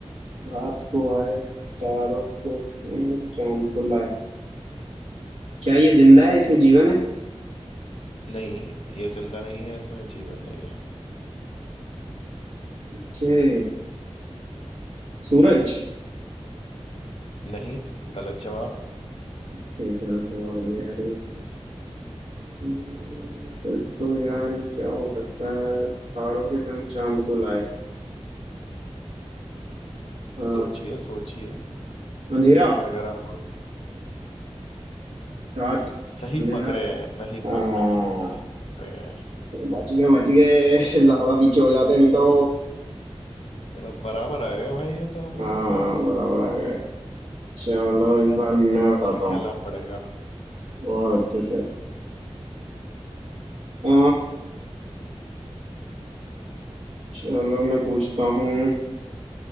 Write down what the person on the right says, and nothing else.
रात को आए तारों को छूं, चांद को लाए क्या ये जिंदा है इसमें जीवन है
के सूरज
के क्या जवाब है यार ये हम्म, फिर तो यार ये क्या हो सकता है तारों के संग चांद को लाए अ,
अंधेरा
रात
अंधेरा
हाँ,
बच गए बच गए ज्यादा पीछे हो जाते नहीं तो
हाँ
बराबर आ गए चलो
इस बार
मैं
बताता
हूँ
बहुत अच्छे से आ, चलो मैं पूछता हूँ